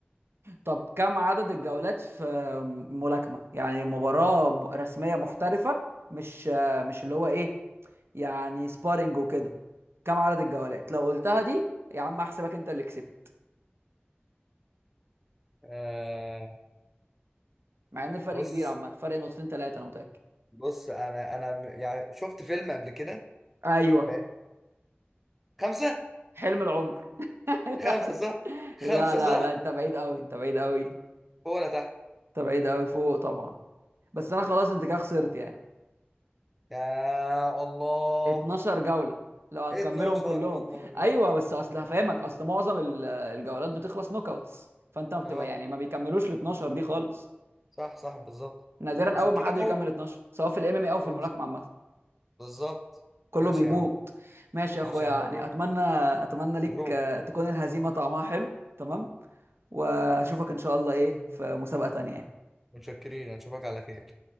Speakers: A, on the right; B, in the centre.
A: طب كم عدد الجولات في ملاكمة يعني مباراة م- رسمية محترفة مش مش اللي هو ايه يعني سبارينج وكده كم عدد الجولات لو قلتها دي يا عم احسبك انت اللي كسبت
B: آه...
A: مع ان الفرق
B: بص
A: كبير عامة فرق نقطتين ثلاثة انا متأكد
B: بص انا انا م- يعني شفت فيلم قبل كده
A: ايوه
B: فاهم خمسة
A: حلم العمر <laughs> لا
B: خمسة صح
A: لا
B: خمسة
A: لا
B: صح
A: لا انت بعيد قوي انت بعيد قوي
B: فوق ولا تحت
A: انت بعيد قوي فوق طبعا بس انا خلاص انت كده خسرت يعني
B: يا الله
A: 12 جولة لو هتكملهم
B: 12
A: كلهم
B: يا نهار ابيض
A: ايوه بس اصل هفهمك اصل معظم ال- الجولات بتخلص نوك اوتس فانت ما بتبقى
B: اه
A: يعني ما بيكملوش ال 12 دي خالص
B: صح صح بالظبط
A: نادرا
B: عشان
A: اول
B: كده
A: ما حد بيكمل
B: مو
A: 12 سواء في الام ام اي او في
B: آه،
A: الملاكمة عامة
B: بالظبط
A: كله
B: ماشي
A: بيموت
B: يا عم
A: ماشي يا
B: ماشي
A: اخويا
B: يا
A: يعني
B: عم مبروك
A: اتمنى اتمنى ليك
B: مبروك
A: آه، تكون الهزيمة طعمها حلو تمام واشوفك ان شاء الله ايه في مسابقة تانية يعني
B: متشكرين اشوفك على خير